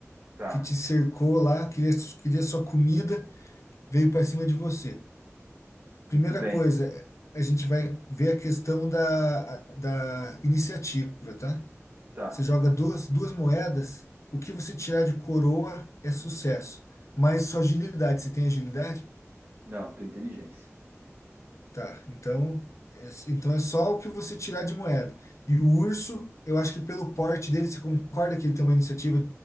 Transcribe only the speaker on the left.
Que te cercou lá, queria, queria sua comida, veio para cima de você.
Primeira
coisa, a gente vai ver a questão da, da iniciativa, tá?
Você joga duas, duas moedas, o que você tirar de coroa é sucesso, mas sua agilidade, você tem agilidade?
Tá, então, é- então é só o que você tirar de moeda. E o urso, eu acho que pelo porte dele, você concorda que ele tem uma iniciativa,